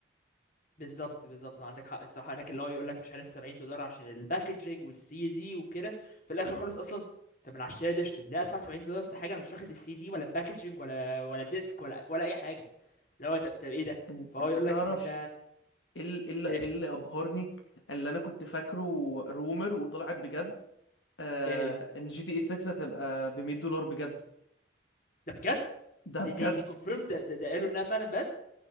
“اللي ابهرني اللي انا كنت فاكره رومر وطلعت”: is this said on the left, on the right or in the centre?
Left